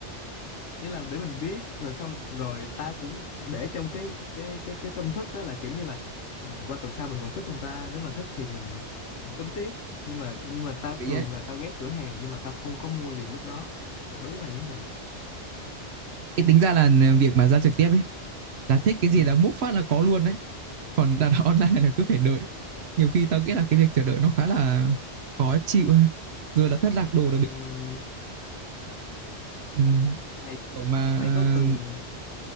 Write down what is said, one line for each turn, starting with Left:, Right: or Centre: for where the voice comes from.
Left: ý là để mình biết rồi xong rồi tao cũng để trong cái cái cái cái tâm thức á là kiểu như là ừ, qua tuần sau mình còn thích không ta nếu mà thích thì mình mình tính tiếp nhưng mà nhưng mà tao
Right: hợp lý
Left: thường
Right: ấy
Left: là tao ghé cửa hàng nhưng mà tao không có mua liền lúc đó còn đối với mày như thế nào
Right: cái tính ra là việc mà ra trực tiếp ấy là thích cái
Left: ừ
Right: gì là múc phát là có luôn đấy còn đặt <laughs> online là cứ phải đợi nhiều khi tao nghĩ là cái việc chờ đợi nó khá là khó chịu ha. rồi là thất lạc đồ
Left: Ừm,
Right: là bị ừ,
Left: mày
Right: kiểu mà
Left: mày
Right: ờ,
Left: có từng